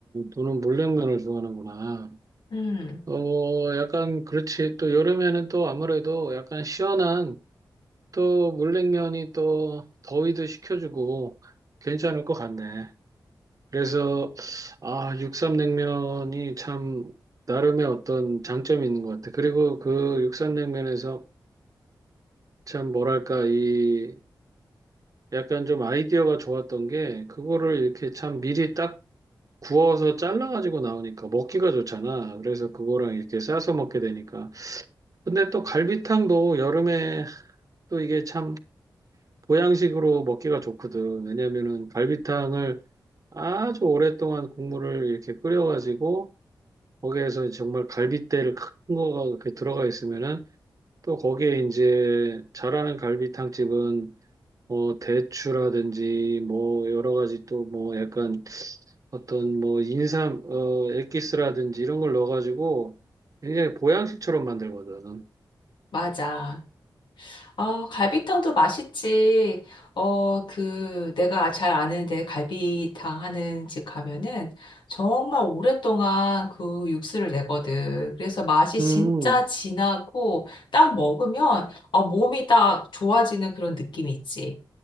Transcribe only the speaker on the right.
너는 물냉면을 좋아하는구나.
어, 약간 그렇지. 또 여름에는 또 아무래도 약간 시원한 또 물냉면이 또 더위도 식혀주고 괜찮을 것 같네. 그래서 아, 육삼냉면이 참 나름의 어떤 장점이 있는 것 같아. 그리고 그 육삼냉면에서 참 뭐랄까 이 약간 좀 아이디어가 좋았던 게 그거를 이렇게 참 미리 딱 구워서 잘라가지고 나오니까 먹기가 좋잖아. 그래서 그거랑 이렇게 싸서 먹게 되니까. 근데 또 갈비탕도 여름에 또 이게 참 보양식으로 먹기가 좋거든. 왜냐면은 갈비탕을 아주 오랫동안 국물을 이렇게 끓여가지고 거기에서 정말 갈빗대를 큰 거가 이렇게 들어가 있으면은 또 거기에 이제 잘하는 갈비탕집은 뭐 대추라든지 뭐 여러 가지 또 뭐 약간 어떤 뭐 인삼 어 엑기스라든지 이런 걸 넣어가지고 굉장히 보양식처럼 만들거든.
음,